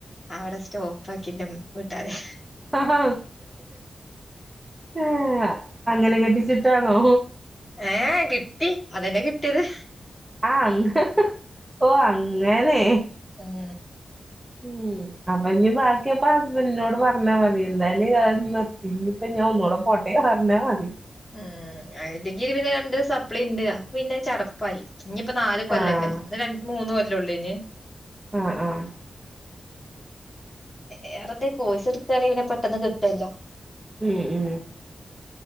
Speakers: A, on the left; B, on the right.
A: അവടെ സ്റ്റോപ്പാക്കിന്റമ്മ്. വീട്ടാര്.
B: ആഹ് ഉവ്വാ ആഹ് അങ്ങനെ കെട്ടിച്ച് വിട്ടാണോ.
A: ഏഹ് കിട്ടി അതന്നെ കിട്ട്യേത്.
B: ആഹ് അന്ന് ഓ അങ്ങനെ.
A: ഉം
B: ഉം. അപ്പ ഞ്ഞി ബാക്കി അപ്പ ഹസ്ബൻറിനോട് പറഞ്ഞാ മതി. എന്തായാലും അത് നിർത്തി. ഞ്ഞി അപ്പൊ ഞാനൊന്നൂടെ പോട്ടെ പറഞ്ഞാ മതി.
A: ഉം ആഹ് ഡിഗ്രി പിന്നെ രണ്ടെണ്ണം സപ്ലിണ്ട് അപ്പ പിന്നെ ചടപ്പായി ഞ്ഞിപ്പ നാല് കൊല്ലൊക്കെല്ലെ
B: ആഹ്
A: അന്ന് രണ്ട് മൂന്ന് കൊല്ലൊള്ളെയ്ന്
B: ആഹ് ആഹ്
A: വേറെന്തേ കോഴസ് ട്ക്കാണെങ്കി പെട്ടെന്ന് കിട്ടല്ലോ
B: ഉം ഉം